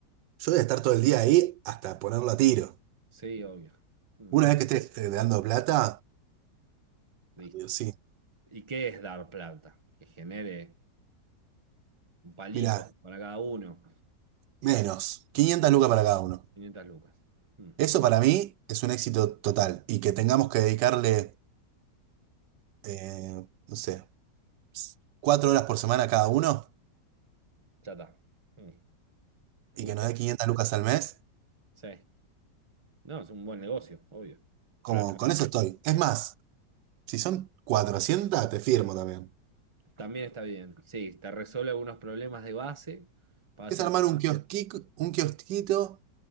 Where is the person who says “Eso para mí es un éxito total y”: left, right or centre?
Right